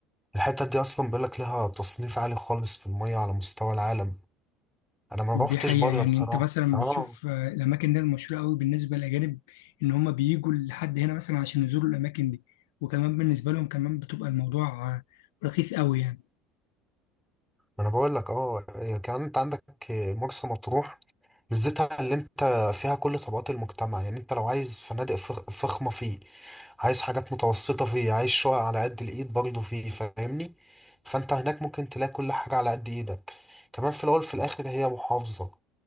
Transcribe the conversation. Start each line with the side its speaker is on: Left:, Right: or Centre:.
Centre: الحتت دي اصلا بيقول لك لها تصنيف عالي خالص في المية على مستوى العالم انا ما
Left: دي
Centre: روحتش
Left: حقيقة
Centre: بره
Left: يعني
Centre: بصراحة
Left: انت مثلا
Centre: اه
Left: بتشوف آه، الأماكن دي مشهورة قوي بالنسبة للأجانب إن هما بييجوا لحد هنا مثلا عشان يزوروا الأماكن دي وكمان بالنسبة لهم كمان بتبقى الموضوع آه، رخيص قوي يعني
Centre: ما انا بقول لك اه إيه، كمان انت عندك مرسى مطروح ميزتها اللي انت فيها كل طبقات المجتمع يعني انت لو عايز فنادق فخ- فخمة فيه عايز حاجات متوسطة فيه عايز شقق على قد الايد برضه فيه فاهمني فانت هناك ممكن تلاقي كل حاجة على قد ايدك كمان في الاول في الاخر هي محافظة